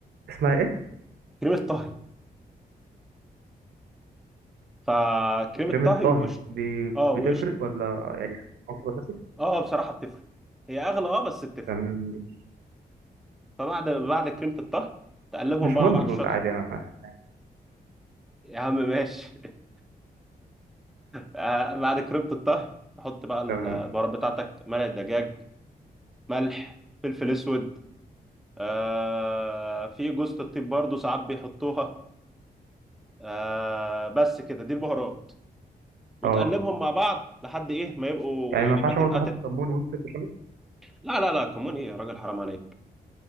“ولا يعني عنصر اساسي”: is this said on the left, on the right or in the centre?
Right